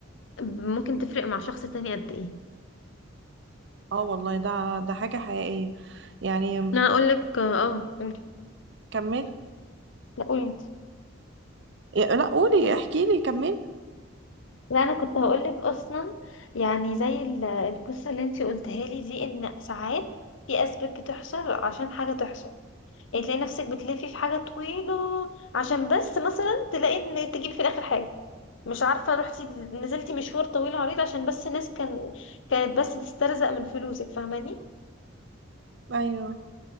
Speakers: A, on the left (about 70°); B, on the right (about 60°).
A: ممكن تفرق مع شخص تاني قد ايه
B: اه والله ده ده حاجة حقيقية يعني
A: انا اقولك اه قولي
B: كمل
A: لا قولي انت
B: لا قولي احكي لي كمل
A: لا انا كنت هقولك اصلا يعني زي ال- القصة اللي انت قلتها لي دي ان ساعات في اسباب بتحصل عشان حاجة تحصل يعني تلاقي نفسك بتلفي في حاجة طويلة عشان بس مثلا تلاقي ان تجيب في الاخر حاجة مش عارفة رحتي نزلتي مشوار طويل عريض عشان بس ناس كان كانت بس تسترزق من فلوسك فاهماني
B: ايوه